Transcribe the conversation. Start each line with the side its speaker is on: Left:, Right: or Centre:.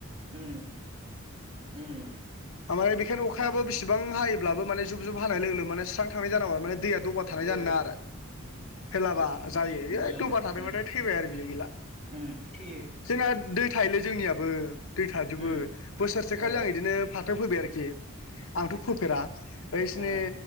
Right: उम उम।
Left: माने बेखायनो अखायाबो बेसेबां हायोब्लाबो माने जुब जुब हानाय लोगो माने स्रां जानांगौ आरो माने दैया दबा थानाय
Right: ओ
Left: जानो नाङा आरो। हेलाबा जायो
Right: बिदि जानांगौ
Left: एै दबा थादोंबाथाय
Right: उम
Left: थैबाय आरो बियो गैला।
Right: उम थैयो
Left: जोंना दै थायोलै जोंनियाबो। दै थाजोबो
Right: उम
Left: बोसोरसेखालि
Right: ओ
Left: आं बिदिनो फाथो फोबाय आरोखि आंथ' फोफेरा, बैसिनि
Right: ओ